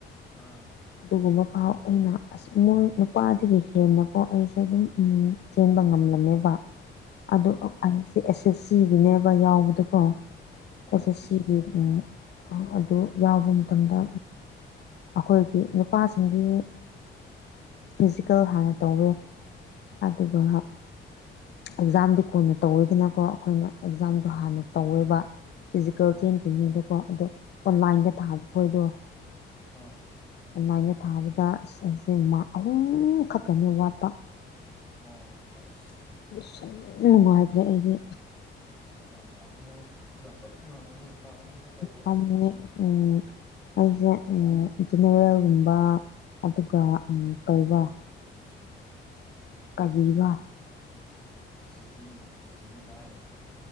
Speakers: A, in the centre; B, on the left.
A: ꯑꯥ
B: ꯑꯗꯨꯒꯨꯝꯕ ꯄꯥꯎ ꯑꯩꯅ ꯑꯁ__ ꯃꯣꯏ ꯅꯨꯄꯥꯗꯒꯤ ꯍꯦꯟꯅ ꯀꯣ ꯑꯩꯁꯦ ꯑꯗꯨꯝ ꯎꯝ ꯆꯦꯟꯕ ꯉꯝꯂꯝꯃꯦꯕ ꯑ
A: ꯑꯣ
B: ꯑꯩꯁꯦ ꯑꯦꯁ ꯑꯦꯁ ꯁꯤꯒꯤꯅꯦꯕ ꯌꯥꯎꯕꯗꯀꯣ
A: ꯑꯣ
B: ꯑ
A: ꯑꯁ
B: ꯁꯤꯒꯤ
A: ꯑꯣ
B: ꯎ ꯑꯗꯨ ꯌꯥꯎ ꯃꯇꯝꯗ ꯑꯩꯈꯣꯏꯒꯤ ꯅꯨꯄꯥꯁꯤꯡꯒꯤ ꯐꯤꯖꯤꯀꯦꯜ ꯍꯥꯟꯅ ꯇꯧꯋꯦ ꯑꯗꯨꯒ ꯑꯦꯛꯖꯥꯝꯗꯤ ꯀꯣꯟꯅ ꯇꯧꯋꯣꯏꯗꯅꯀꯣ ꯑꯩꯈꯣꯏꯅ ꯑꯦꯛꯖꯥꯝꯗꯣ ꯍꯥꯟꯅ ꯇꯧꯋꯦꯕ꯫ ꯐꯤꯖꯤꯀꯦꯜ
A: ꯑꯣ
B: ꯆꯦꯟꯗ꯭ꯔꯤꯉꯩꯗꯀꯣ
A: ꯑꯣ
B: ꯑꯗꯣ ꯑꯣꯟꯂꯥꯏꯟꯗ ꯊꯥꯕ ꯈꯣꯏꯗꯣ
A: ꯑꯣ
B: ꯑꯣꯟꯂꯥꯏꯒ ꯊꯥꯕꯗ ꯑꯩꯁꯦ ꯑꯍꯨꯝ ꯈꯛꯛꯇꯅꯤ ꯋꯥꯠꯄ꯫
A: ꯑꯣ ꯑꯁ
B: ꯁꯨꯝ ꯅꯨꯡꯉꯥꯏꯇ꯭ꯔꯦ ꯑꯩꯗꯤ
A: ꯌꯥꯝ ꯄꯥꯝꯃꯨ ꯌꯥꯝ ꯇ ꯎꯔꯝꯒꯅꯤ ꯃꯥꯡ ꯑꯍꯨꯝ ꯈꯛꯇꯕꯨ
B: ꯄꯥꯝꯃꯨꯌꯦ
A: ꯑꯁ
B: ꯎꯝ ꯑꯩꯁꯦ ꯖꯦꯅꯦꯔꯦꯜꯒꯨꯝꯕ ꯑꯗꯨꯒ ꯀꯩꯕ ꯀꯔꯤꯕ
A: ꯖꯤꯗꯤ ꯖꯤꯗꯤ ꯂꯥꯏꯠ